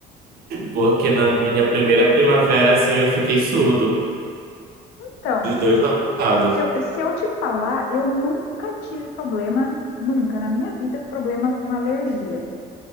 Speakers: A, on the right; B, on the left.
A: Porque na minha primeira primavera, assim, eu fiquei surdo
B: Então,
A: dos dois lados.
B: se eu, se eu te falar, eu nunca tive problema, nunca na minha vida, problema com alergia.